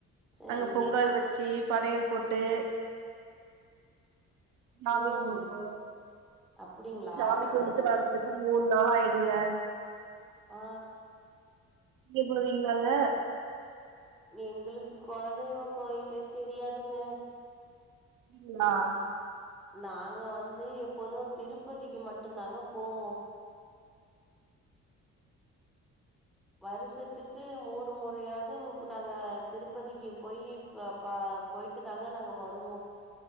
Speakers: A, in the centre; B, on the right (about 80°).
A: சரி
B: அங்க பொங்கல் வச்சு படையல் போட்டு சாமி
A: ம்
B: கும்பிடுவோ
A: அப்டிங்களா
B: சாமி கும்புட்டு வ திருப்பியு மூண் நாள் ஆயிடுது
A: ஆ
B: நீங்க போவீங்களாங்க
A: எங்களுக்கு குலதெய்வ கோயிலே தெரியாதுங்க
B: அப்டிங்ளா
A: ம். நாங்க வந்து எப்போது திருப்பதிக்கு மட்டுந் தாங்க போவோ வருஷத்துக்கு மூண் முறையாவது நாங்க திருப்பதிக்கு போயி ப போயிட்டு தாங்க நாங்க வருவோ